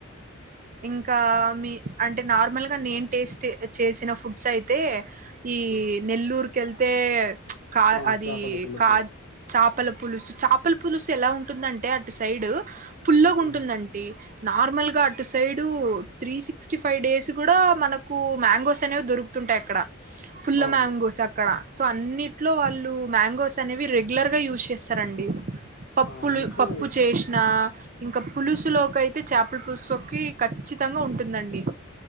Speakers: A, on the right; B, on the left.
A: ఇంకా మీ అంటే నార్మల్ గా నేను టేస్ట్ చేసిన ఫుడ్స్ అయితే ఈ
B: ఉమ్.
A: నెల్లూర్ కళ్తే కా
B: ఆ,
A: అది
B: చేపల పులుసు
A: కా చేపల పులుసు చేపల పులుసు ఎలా ఉంటుందంటే అటు సైడ్ పుల్లోగా ఉంటుందంటడి
B: ఉమ్,
A: నార్మల్ గా side three sixty five days కూడా మనకు మ్యాంగోస్ అనేవి దొరుకుతుంటాయి అక్కడ ఫుల్ల
B: ఆ,
A: మ్యాంగోస్ అక్కడ సో అన్నింటిలో వాళ్ళు మ్యాంగోస్ అనేవి రెగ్యులర్గా యూస్ చేస్తారండి పప్పులు
B: ఆ, అందుకు
A: పప్పు చేసిన ఇంక పులుసులో కైయితే చేపల పులుసు లోకి ఖచ్చితంగా ఉంటుందండి